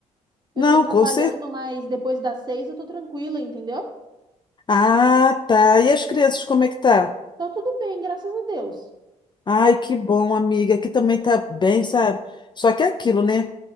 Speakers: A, on the right; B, on the left.
A: Eu
B: Não,
A: tô trabalhando,
B: com certeza.
A: mas depois das seis eu tô tranquila, entendeu?
B: Ah, tá. E as crianças, como é que tá?
A: Tá tudo bem, graças a Deus.
B: Ai, que bom, amiga. Aqui também tá bem, sabe? Só que é aquilo, né?